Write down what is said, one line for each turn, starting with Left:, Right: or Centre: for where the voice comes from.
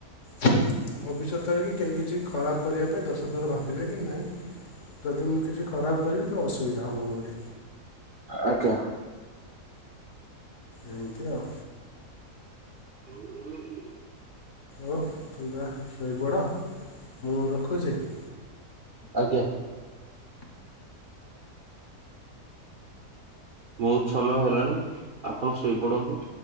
Left: କି ଭବିଷ୍ୟତରେ କି କେହି କିଛି ଖରାପ କରିବା ପାଇଁ ଦଶ ଥର ଭାବିବେ କି ନାଇଁ ଯଦି ମୁଁ କିଛି ଖରାପ କରିବି ତ ଅସୁବିଧା ହବ ବୋଲି।
Right: ଆଜ୍ଞା
Left: ଏମତି ଆଉ।
Right: ହ
Left: ଓ ଯା ଶୋଇପଡ଼ ମୁଁ ରଖୁ କୁଯେଇ
Right: ଆଜ୍ଞା। ବୋହୁତ ସମୟ ହେଲାଣି ଆପଣ ଶୋଇପଡ଼ନ୍ତୁ।